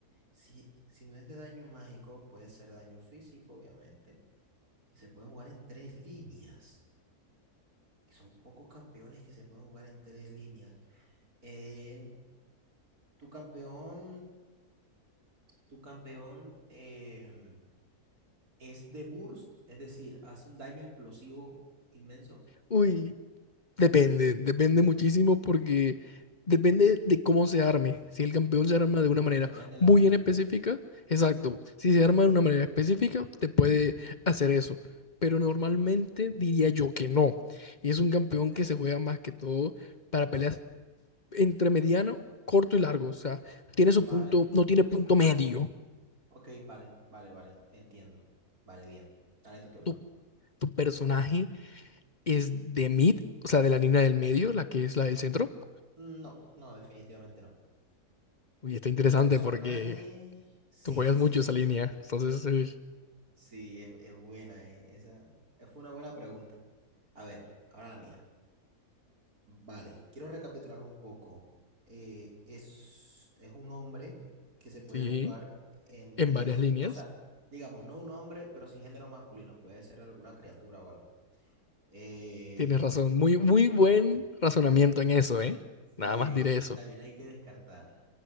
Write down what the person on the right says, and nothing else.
si, si no es de daño mágico, puede ser daño físico, obviamente, que se puede jugar en tres líneas, que son pocos campeones que se pueden jugar en tres líneas. Eh, tu campeón, tu campeón em, es de burst, es decir, hace un daño explosivo inmenso.
Bueno,
depende de
la build.
Ok,
vale.
Ok, vale, vale, vale, entiendo. Vale, bien. Dale tu turno.
No, no, definitivamente no.
Tu personaje,
sí,
sí,
sí,
sí, es, es buena, eh, Esa eh, fue una buena pregunta. A ver, ahora la mía. Vale, quiero recapitular un poco. Eh, es, es un hombre que se puede
jugar en
tres,
o sea, digamos, no un hombre, pero sí género masculino, puede ser alguna criatura o algo. Eh,
sí,
hay
que,
también hay que descartar.